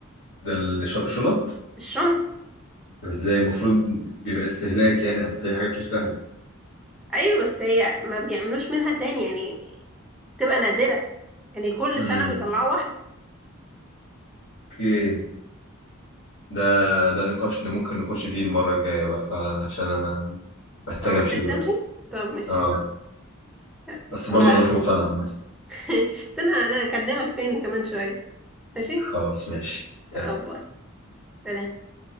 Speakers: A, on the left; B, in the centre.
A: ده الشنط
B: الشنط
A: ازاي المفروض بيبقى استهلاك يعني اصل هي حاجه بتستهلك
B: ايوه بس هي ما بيعملوش منها تاني يعني تبقى نادرة يعني كل
A: امم
B: سنة بيطلعوا واحدة
A: اوكي ده ده نقاش ممكن نخش فيه المره الجايه بقى فعلا عشان انا محتاج
B: اه محتاج
A: امشي دلوقتي
B: تمشي طب ماشي
A: اه
B: أه،
A: بس برضه
B: أبقى-
A: انا مش مقتنع عامه
B: <laughs> استنى انا اكلمك تاني كمان شوية ماشي
A: خلاص ماشي تمام
B: اه باي سلام